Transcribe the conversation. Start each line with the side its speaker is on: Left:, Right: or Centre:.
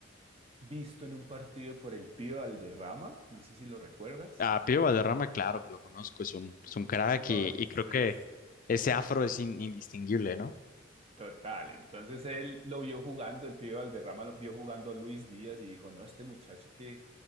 Right: visto en un partido por el tío Valderrama, no sé si lo recuerdas.
Left: A Pío Valderrama, claro que lo conozco. Es un, es un crack
Right: entonces,
Left: y, y creo que ese afro es in- indistinguible, ¿no?
Right: Total, entonces él lo vio jugando, el pibe Valderrama lo vio jugando a Luis Díaz y dijo, no, este muchacho que,